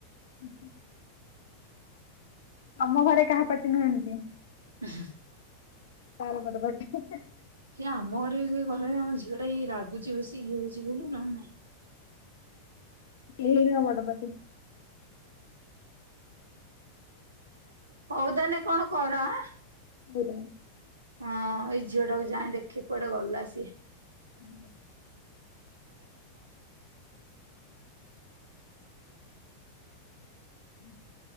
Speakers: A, on the left (about 55°); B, on the right (about 75°).
A: <inaudible> ତମ ଘରେ କାହା ପାଟି ନୁହଁ ଏମତି।
B: <unintelligible>
A: ତାର ବଡ଼ ପାଟି ଏ ହେଁ।
B: କି ଆମ ଘରେ ବି କହିଲେଣି ଆମ ଝିଅଟା ଏଇ ରାଗୁଛି ବେଶୀ ଇଏ ହଉଛି ବୋଲି ନହେଲ ନାଇଁ।
A: <inaudible> ବଡ଼ ପାଟି।
B: ହଉ ତାହାନେ କଣ କର ଆଁ।
A: ହଉଦା।
B: ହଁ ଏଇ ଝିଅ ଟାକୁ ଯାଇଁ ଦେଖେ କୁଆଡେ ଗଲା ସିଏ।
A: <inaudible> <inaudible>